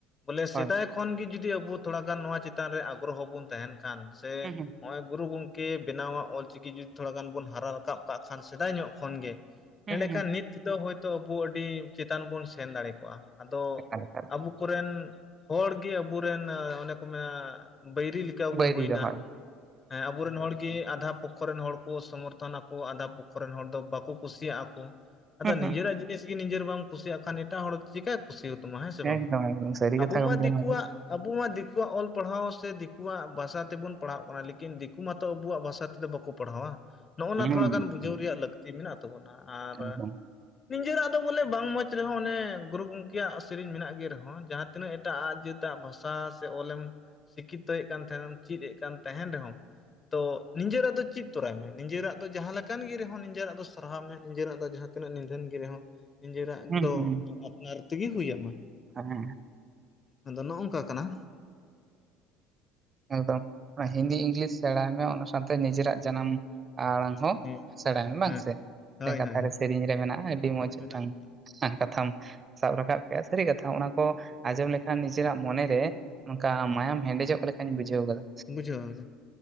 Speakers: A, on the left; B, on the right.
A: ᱵᱚᱞᱮ
B: ᱦᱳᱭ
A: ᱥᱮᱫᱟᱭ ᱠᱷᱚᱱ ᱜᱮ ᱡᱩᱫᱤ ᱟᱵᱚ ᱛᱷᱚᱲᱟᱜᱟᱱ ᱱᱚᱣᱟ ᱪᱮᱛᱟᱱ ᱨᱮ ᱟᱜᱽᱨᱚᱦᱚ ᱵᱚᱱ ᱛᱟᱦᱮᱱ ᱠᱷᱟᱱ ᱥᱮ
B: ᱦᱩᱸ ᱦᱩᱸ
A: ᱱᱚᱜᱼᱚᱭ ᱜᱩᱨᱩ ᱜᱚᱝᱠᱮ ᱵᱮᱱᱟᱣᱟᱜ ᱚᱞ ᱪᱤᱠᱤ ᱡᱩᱫᱤ ᱛᱷᱚᱲᱟ ᱜᱟᱱ ᱵᱚᱱ ᱦᱟᱨᱟ ᱨᱟᱠᱟᱵ ᱠᱟᱜ ᱠᱷᱟᱱ ᱥᱮᱫᱟᱭ ᱧᱚᱜ ᱠᱷᱚᱱ ᱜᱮ
B: ᱦᱩᱸ
A: ᱮᱸᱰᱮ
B: ᱦᱩᱸ
A: ᱠᱷᱟᱱ ᱱᱤᱛ ᱛᱮᱫᱚ ᱦᱳᱭᱛᱳ ᱟᱵᱚ ᱟᱹᱰᱤ ᱪᱮᱛᱟᱱ ᱵᱚᱱ ᱥᱮᱱ ᱫᱟᱲᱮ ᱠᱚᱜᱼᱟ, ᱟᱫᱚ
B: ᱮᱠᱟᱞ ᱮᱠᱟᱞ
A: ᱟᱵᱚ ᱠᱚᱨᱮᱱ ᱦᱚᱲ ᱜᱮ ᱟᱵᱚ ᱨᱮᱱ ᱚᱱᱮ ᱠᱚ ᱢᱮᱱᱟ ᱵᱟᱹᱭᱨᱤ ᱞᱮᱠᱟ᱾
B: ᱵᱟᱹᱭᱨᱤ
A: ᱵᱚᱱ ᱦᱩᱭᱱᱟ
B: ᱫᱚ ᱦᱚᱭ᱾
A: ᱦᱮᱸ ᱟᱵᱚ ᱨᱮᱱ ᱦᱚᱲ ᱜᱮ ᱟᱫᱷᱟ ᱯᱚᱠ ᱯᱚᱠᱷᱚ ᱨᱮᱱ ᱦᱚᱲ ᱠᱚ ᱥᱚᱢᱚᱨᱛᱷᱚᱱ ᱟᱠᱚ ᱟᱫᱷᱟ ᱯᱚᱠᱠᱷᱚ ᱨᱮᱱ ᱦᱚᱲ ᱫᱚ ᱵᱟᱠᱚ ᱠᱩᱥᱤᱭᱟᱜᱼᱟ ᱠᱚ ᱟᱫᱚ
B: ᱦᱩᱸ ᱦᱩᱸ
A: ᱱᱤᱡᱮᱨᱟᱜ ᱡᱤᱱᱤᱥ ᱱᱤᱡᱮᱨ ᱵᱟᱢ ᱠᱩᱥᱤᱭᱟᱜ ᱠᱷᱟᱱ ᱮᱴᱟᱜ ᱦᱚᱲ ᱪᱤᱠᱟᱹᱭ ᱠᱩᱥᱤᱭᱟ ᱛᱟᱢᱟ ᱦᱮᱸ ᱥᱮ ᱵᱟᱝ
B: ᱮᱠᱫᱚᱢ ᱮᱠᱫᱚᱢ ᱥᱟᱹᱨᱤ
A: ᱟᱵᱚᱢ
B: ᱠᱟᱛᱷᱟ ᱜᱚᱝᱠᱮ
A: ᱢᱟ ᱫᱤᱠᱩᱣᱟᱜ
B: ᱱᱚᱣᱟ ᱫᱚ
A: ᱟᱵᱚ ᱢᱟ ᱫᱤᱠᱩᱣᱟᱜ ᱚᱞ ᱯᱟᱲᱦᱟᱣ ᱥᱮ ᱫᱤᱠᱩᱣᱟᱜ ᱵᱷᱟᱥᱟ ᱛᱮᱵᱩᱱ ᱯᱟᱲᱦᱟᱜ ᱠᱟᱱᱟ ᱞᱮᱠᱤᱱ ᱫᱤᱠᱩ ᱢᱟᱛᱚ ᱟᱵᱚᱣᱟᱜ ᱵᱟᱥᱟ ᱛᱮᱫᱚ ᱵᱟᱠᱚ ᱯᱟᱲᱦᱟᱣᱟ ᱱᱚᱜᱼᱚ ᱱᱟ
B: ᱦᱩᱸ
A: ᱛᱷᱚᱲᱟ ᱜᱟᱱ ᱵᱩᱡᱷᱟᱹᱣ
B: ᱦᱩᱸ
A: ᱨᱮᱭᱟᱜ ᱞᱟᱹᱠᱛᱤ ᱛᱤ ᱢᱮᱱᱟᱜ ᱛᱟᱵᱚᱱᱟ ᱟᱨ
B: ᱮᱠᱫᱚᱢ
A: ᱱᱤᱡᱮᱨᱟᱜ ᱫᱚ ᱵᱚᱞᱮ ᱵᱟᱝ ᱢᱚᱸᱡᱽ ᱨᱮᱦᱚᱸ ᱚᱱᱮ ᱜᱩᱨᱩ ᱜᱚᱝᱠᱮᱭᱟᱜ ᱥᱮᱨᱮᱧ ᱢᱮᱱᱟᱜ ᱜᱮ ᱨᱮᱦᱚᱸ ᱡᱟᱦᱟᱸ ᱛᱤᱱᱟᱹᱜ ᱮᱴᱟᱜᱼᱟ, ᱡᱟᱹᱛ ᱟᱜ ᱵᱷᱟᱥᱟ ᱥᱮ ᱚᱞᱮᱢ ᱥᱤᱠᱠᱷᱤᱛᱚᱭᱮᱫ ᱠᱟᱱ ᱛᱟᱦᱮᱸᱱᱟ ᱪᱮᱫ ᱮᱫ ᱠᱟᱱ ᱛᱟᱦᱮᱱ ᱨᱮᱦᱚᱸ᱾ ᱛᱚ ᱱᱤᱡᱮᱨᱟᱜ ᱫᱚ ᱪᱮᱫ ᱛᱚᱨᱟᱭ ᱢᱮ ᱱᱤᱡᱮᱨᱟᱜ ᱫᱚ ᱡᱟᱦᱟᱸ‌ ᱞᱮᱠᱟᱱ ᱜᱮ ᱨᱮᱦᱚᱸ ᱱᱤᱡᱮᱨᱟᱜ ᱫᱚ ᱥᱟᱨᱦᱟᱜ ᱢᱮ ᱱᱤᱡᱮᱨᱟᱜ ᱫᱚ ᱡᱟᱦᱟᱸ ᱛᱤᱱᱟᱹᱜ ᱱᱤᱫᱟᱹᱱ ᱜᱮ ᱨᱮᱦᱚᱸ ᱱᱤᱡᱮᱨᱟᱜ
B: ᱦᱩᱸ
A: ᱫᱚ
B: ᱦᱩᱸ
A: ᱟᱯᱱᱟᱨ ᱛᱮᱜᱮ ᱦᱩᱭᱢᱟ᱾
B: ᱦᱮᱸ
A: ᱟᱫᱚ ᱱᱚᱜ ᱱᱚᱝᱠᱟ ᱠᱟᱱᱟ
B: ᱮᱠᱫᱚᱢ ᱚᱱᱟ ᱦᱤᱱᱫᱤ ᱤᱝᱞᱤᱥ ᱥᱮᱬᱟᱭ ᱢᱮ, ᱚᱱᱟ ᱥᱟᱶᱛᱮ ᱱᱤᱡᱮᱨᱟᱜ ᱡᱟᱱᱟᱢ ᱟᱲᱟᱝ ᱦᱚᱸ
A: ᱦᱮᱸ
B: ᱥᱮᱲᱟᱭ ᱢᱮ ᱵᱟᱝᱸᱥᱮ
A: ᱦᱮᱸ ᱦᱳᱭ
B: ᱢᱤᱫᱴᱮᱱ ᱠᱟᱛᱷᱟ
A: ᱦᱳᱭ ᱦᱳᱭ
B: ᱨᱮ ᱥᱮᱨᱮᱧ ᱨᱮ ᱢᱮᱱᱟᱜᱼᱟ᱾ ᱟᱹᱰᱤ ᱢᱚᱸᱡᱽ
A: ᱢᱮᱱᱟᱜᱼᱟ
B: ᱢᱤᱫᱴᱟᱝ
A: ᱢᱮᱱᱟᱜᱼᱟ
B: ᱠᱟᱛᱷᱟᱢ ᱥᱟᱵ ᱨᱟᱠᱟᱵ ᱠᱮᱭᱟ ᱥᱟᱹᱨᱤ ᱠᱟᱛᱷᱟ, ᱚᱱᱟ ᱠᱚ ᱟᱸᱡᱚᱢ ᱞᱮᱠᱷᱟᱱ ᱱᱤᱡᱮᱨᱟᱜ ᱢᱚᱱᱮ ᱨᱮ ᱚᱱᱠᱟ ᱢᱟᱭᱟᱢ ᱦᱮᱰᱮᱡᱚᱜ ᱞᱮᱠᱟᱧ ᱵᱩᱡᱷᱟᱹᱣ ᱟᱠᱟᱫᱟ᱾
A: ᱵᱩᱡᱷᱟᱹᱣᱟ,